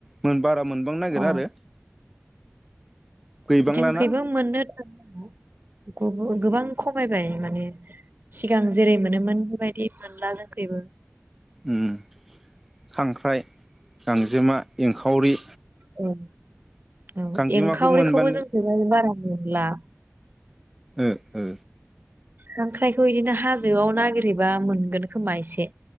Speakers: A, in the centre; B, on the right.
A: मोन बाराब मोनबांनो नागिरा
B: अ
A: आरो गैबांलाना
B: जोंनिखैबो मोननो थाङा गोबां खमायबाय माने सिगां जेरै मोनोमोन बेबायदि बिदि मोनला जोंखैबो
A: उम खांख्राइ गांजोमा एंखावरि
B: औ औ
A: गांजेमाखौ
B: एंखावरिखौबो
A: मोनबानो
B: जोंनिखैजाय बारा मोनला
A: ओ ओ
B: खांख्राइखौ इदिनो हाजोआव नागिरहैबा मोनगोन खोमा एसे